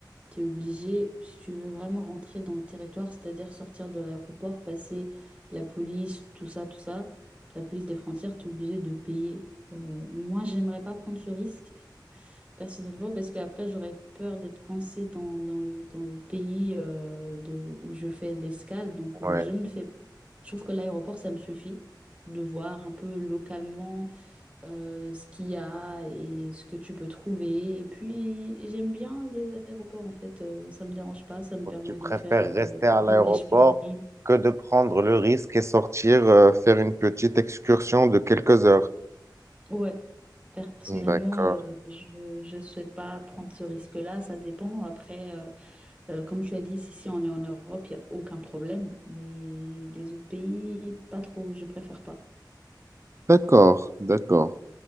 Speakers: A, on the right; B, on the right.
A: tu es obligé, si tu veux vraiment rentrer dans le territoire, c'est-à-dire sortir de l'aéroport, passer la police, tout ça, tout ça, la police des frontières, tu es obligé de payer. Euh, moi, j'aimerais pas prendre ce risque personnellement, parce qu'après, j'aurais peur d'être coincée dans, dans le, dans le pays euh, de, où je fais l'escale, donc euh,
B: Ouais.
A: je ne le fais pas. Je trouve que l'aéroport, ça me suffit de voir un peu localement euh, ce qu'il y a et ce que tu peux trouver. Et puis, j'aime bien les aéroports, en fait, euh, ça me dérange pas, ça me
B: Oui,
A: permet
B: Tu préfères
A: de faire euh,
B: rester
A: un
B: à l'aéroport
A: peu de l'ashwinking.
B: que de prendre le risque et sortir euh, faire une petite excursion de quelques heures.
A: Ouais. Personnellement,
B: D'accord.
A: euh, je ne souhaite pas prendre ce risque-là. Ça dépend. Après, euh, Euh, comme tu as dit, si, si on est en Europe, il n'y a aucun problème, mais les autres pays, pas trop, je préfère pas.
B: D'accord, d'accord.